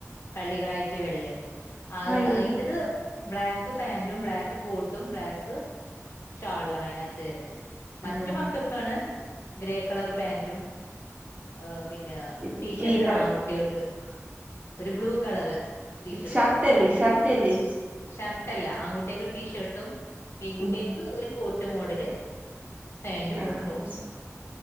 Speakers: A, on the left (about 55°); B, on the right (about 25°).
A: കള്ളികളായിട്ട് വെള്ളയും അത്
B: ആ ഇവി
A: അയിന്റത് ബ്ലാക്ക് പാന്റും ബ്ലാക്ക് കോട്ടും ബ്ലാക്ക് ഷാളു ആണ് അതിനകത്ത് വരുന്നത് മറ്റു
B: ആ
A: മക്കൾക്ക് ഗ്രേ കളർ പാന്റും ആഹ് പിന്നെ
B: ഇത്
A: ടീഷർട്ട്ണ്
B: ഈ പറ
A: ആൺകുട്ടികൾക്ക് ഒരു ബ്ലൂ കളർ ടീഷർട്ടും
B: ഷർട്ടല്ലേ
A: അവര്
B: ഷർട്ടല്ലേ
A: ഷർട്ട് ട്ടാല്ല ആൺകുട്ടികൾക്ക് ടീഷർട്ടും പെൺകുട്ടിയക്ക്
B: ഉം
A: ഒരു കോട്ട എട്ട് മോഡല് പാന്റും
B: ആ ആ
A: ടോപ്പും